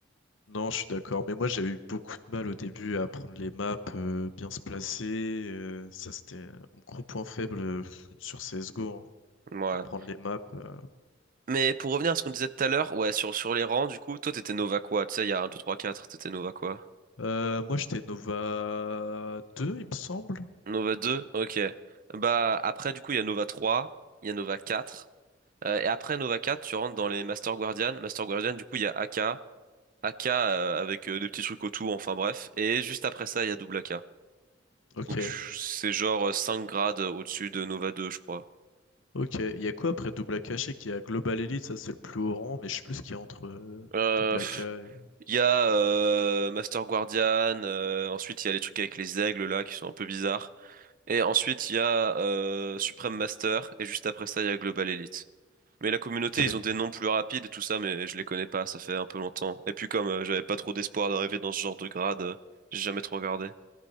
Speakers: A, on the left; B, on the right.
A: Non, je suis d'accord, mais moi j'avais eu beaucoup de mal au début à prendre les maps, euh, bien se placer. euh, ça, c'était mon gros point faible euh, <laughs> sur CSGO, hein,
B: Ouais.
A: à prendre les maps. euh.
B: Mais pour revenir à ce qu'on disait tout à l'heure, ouais, sur, sur les rangs, du coup, toi, t'étais Nova quoi? Tu sais, il y a un, 2, 3, 4, t'étais Nova quoi?
A: Euh, moi j'étais Nova 2, il me semble.
B: Nova 2, ok. Bah après du coup il y a Nova 3, il y a Nova 4. Euh, et après Nova 4, tu rentres dans les Master Guardian. Master Guardian, du coup il y a AK, AK euh, avec euh, des petits trucs autour, enfin bref. Et juste après ça, il y a double AK.
A: Ok,
B: Donc c'est genre euh, 5 grades au-dessus de Nova 2, je crois.
A: ok. Il y a quoi après Double AK? Je sais qu'il y a Global Elite, ça c'est le plus haut rang, mais je sais plus ce qu'il y a entre euh,
B: Euh,
A: Double
B: pff,
A: AK et...
B: il y a euh, Master Guardian, euh, ensuite il y a les trucs avec les aigles là qui sont un peu bizarres. Et ensuite il y a euh, Supreme Master, et juste après ça il y a Global Elite. Mais la communauté,
A: Ok.
B: ils ont des noms plus rapides et tout ça, mais je les connais pas, ça fait un peu longtemps. Et puis comme euh, j'avais pas trop d'espoir d'arriver dans ce genre de grade, euh, j'ai jamais trop regardé.